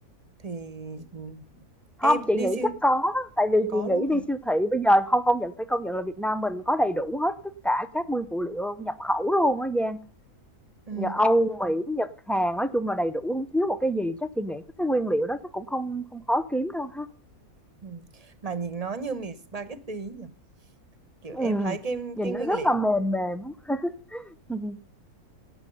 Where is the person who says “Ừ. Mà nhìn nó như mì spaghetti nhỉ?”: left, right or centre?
Right